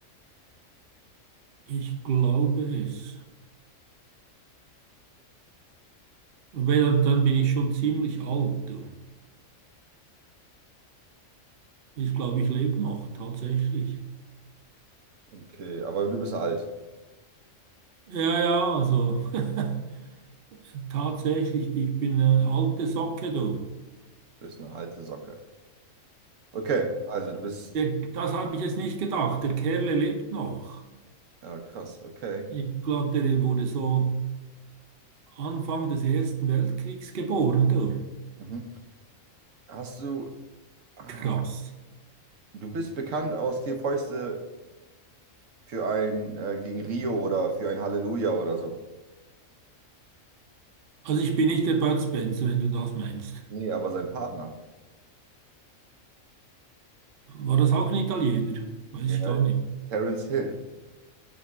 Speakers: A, on the right; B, on the right.
A: Ich glaube es. Weil dann dann bin ich schon ziemlich alt. du. Ich glaube, ich lebe noch, tatsächlich.
B: Okay, aber du bist alt.
A: Ja, ja, also. <laughs> Tatsächlich, ich bin eine alte Socke, du.
B: Du bist eine alte Socke. Okay, also du bist.
A: Der, das habe ich jetzt nicht gedacht. Der Kerle lebt noch.
B: Ja, krass, okay.
A: Ich glaube, der wurde so Anfang des Ersten Weltkriegs geboren, du.
B: Mhm. Hast du. Ah,
A: Krass.
B: du bist bekannt aus Vier Fäuste für ein äh, gegen Rio oder für ein Halleluja oder so.
A: Also ich bin nicht der Bud Spencer, wenn du das meinst.
B: Nee, aber sein Partner.
A: War das auch ein Italiener? Weiß
B: Der
A: ich gar
B: ist
A: nicht.
B: Terence Hill.